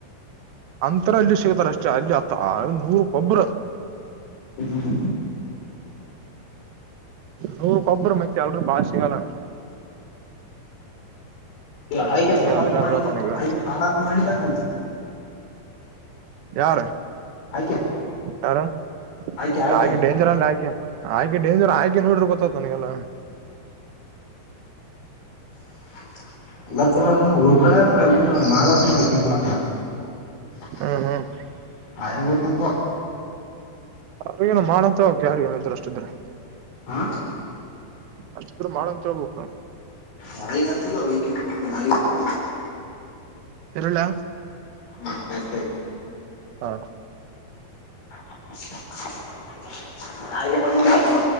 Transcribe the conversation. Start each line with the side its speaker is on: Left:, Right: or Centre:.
Right: ಅಂರ ಅಲ್ಲಿ ಸಿಗ್ತಾರ ಅಷ್ಟೇ ಅಲ್ಲಿ ಅತ್ತ ನೂರ ಕೊಬ್ಬರು
Left: ಹ್ಮ್
Right: ನೂರು ಕೊಬ್ಬರ ಮೈತ್ ಎಲ್ೂ ಭಾಷಗಾಲ
Left: ನೀ ಆಯ್ಕೆ ಪ್ರಾರಂಸ
Right: ಅದನ್ನ
Left: ಮಾಡಿದ್ದ
Right: ಹೇಳ್ತ ನನಗೆ
Left: ಆಯ್ಕೆ ಪ್ರಾರಂಸ ಮಾಡಿದ್ದ ನ
Right: ಯಾರು
Left: ಆಯ್ಕೆ
Right: ಯಾರು
Left: ಆಯ್ಕೆ ಆಯ್ಕೆ
Right: ಯಾಕೆ ಡೇಂಜರ್ ಅಲ್ಲ ಯಾಕೆ ಆಯ್ಕೆ ಡೇಂಜರ್ ಆಯ್ಕೆ ನೋಡ್ರಿ ಗೊತ್ತತ್ ನನಗೆಲ್ಲ
Left: <inaudible> ಎಲ್ಲರ್ಕ್ಕ ಎಲ್ಲ ಉಪರ ಯಾರ ಎಲ್ಲ ಮಾದಾಡ್ ಬಕ್ಕ ಕೂಡ <inaudible>
Right: ಹ್ಮ್ ಹ್ಮ್
Left: ಆಯಂಗರ್ಕಂತ
Right: ಅವ್ರ ನ ಮಾಡಂತ ಹೋಗಕ ಯಾರಿಗ ಏನ ಇದ್ರರುಷ್ಟ ಇದ್ರೆ
Left: ಹ
Right: ಅಷ್ಟಿದ್ರು ಮಾಡ ಅಂತ ಹೇಳ್ಬೇಕು
Left: ಯಾರಿಗೆ ಕಾಣಸಲ್ಲ ವ ಯಾರ <inaudible>
Right: ಇರ್ಲ್ಯಾ
Left: ಹ್ಮ ಆಯ್ತ ಆಯ್ತು
Right: ಹಾ
Left: <inaudible> ಆಯ್ಕೆ
Right: ಹಾಗೆ
Left: ಬಂದ